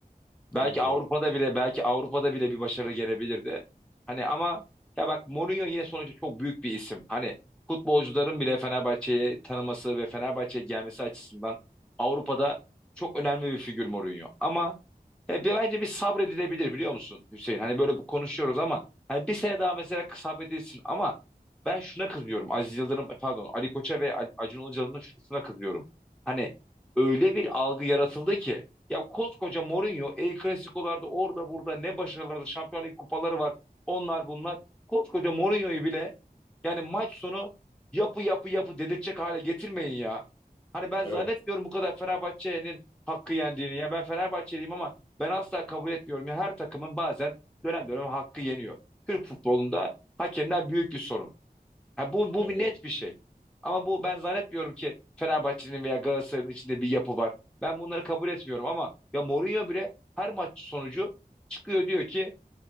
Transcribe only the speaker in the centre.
belki
Avrupa'da bile belki Avrupa'da bile bir başarı gelebilirdi. Hani ama ya bak Mourinho yine sonuçta çok büyük bir isim. Hani futbolcuların bile Fenerbahçe'yi tanıması ve Fenerbahçe'ye gelmesi açısından Avrupa'da çok önemli bir figür Mourinho. Ama Ya bir- bence bir sabredilebilir biliyor musun Hüseyin? Hani böyle bu- konuşuyoruz ama hani bir sene daha mesela sabredilsin ama ben şuna kızıyorum. Aziz Yıldırım e, pardon Ali Koç'a ve Al- Acun Ilıcalı'nın şuna kızıyorum. Hani öyle bir algı yaratıldı ki ya koskoca Mourinho El Clasico'larda orada burada ne başarıları Şampiyonlar Ligi kupaları var. Onlar bunlar. Koskoca Mourinho'yu bile yani maç sonu yapı yapı yapı dedirtecek hale getirmeyin ya. Hani ben
zannetmiyorum bu kadar Fenerbahçe'nin hakkı yendiğini. Ya ben Fenerbahçeliyim ama ben asla kabul etmiyorum. Ya her takımın bazen dönem dönem hakkı yeniyor. Türk futbolunda hakemler büyük bir sorun. Ha, bu, bu
bir net bir şey. Ama bu ben zannetmiyorum ki Fenerbahçe'nin veya Galatasaray'ın içinde bir yapı var. Ben bunları kabul etmiyorum ama ya Mourinho bile her maç sonucu çıkıyor diyor ki